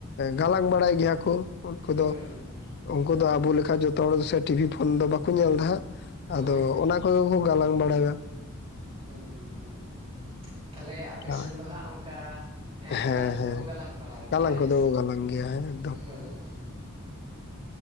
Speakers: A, on the left; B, on the right.
A: ᱜᱟᱞᱟᱝ ᱵᱟᱲᱟᱭ ᱜᱮᱭᱟ ᱠᱚ ᱩᱱᱠᱩ
B: ᱦᱩᱸ
A: ᱫᱚ,
B: ᱦᱩᱸ
A: ᱩᱱᱠᱩ ᱫᱚ ᱟᱵᱚ ᱞᱮᱠᱟ ᱡᱚᱛᱚ ᱦᱚᱲ ᱫᱚᱥᱮ ᱴᱤᱵᱷᱤ ᱯᱷᱳᱱ ᱫᱚ ᱵᱟᱠᱚ ᱧᱮᱞ ᱫᱟ ᱦᱟᱸᱜ᱾
B: ᱦᱳᱭ
A: ᱟᱫᱚ
B: ᱦᱳᱭ
A: ᱚᱱᱟ
B: ᱦᱳᱭ
A: ᱠᱚᱜᱮ ᱠᱚ ᱜᱟᱞᱟᱝ ᱵᱟᱲᱟᱭᱟ᱾
B: ᱦᱩᱸ ᱦᱩᱸ ᱦᱩᱸ ᱛᱟᱦᱞᱮ ᱟᱯᱮ
A: ᱟᱨ
B: ᱥᱮᱱ ᱫᱚ ᱦᱟᱸᱜ ᱚᱱᱠᱟ ᱮ
A: ᱦᱮᱸ
B: ᱜᱟᱞᱟᱝ ᱠᱚᱫᱚ
A: ᱦᱮᱸ
B: ᱠᱚ ᱜᱟᱞᱟᱝ ᱵᱟᱲᱟᱭ ᱜᱮᱭᱟ
A: ᱜᱟᱞᱟᱝ
B: ᱦᱮᱸᱥᱮ
A: ᱠᱚᱫᱚ
B: ᱦᱩᱸ
A: ᱠᱚ ᱜᱟᱞᱟᱝ ᱜᱮᱭᱟ ᱦᱮᱸ ᱮᱠᱫᱚᱢ
B: ᱦᱩᱸ᱾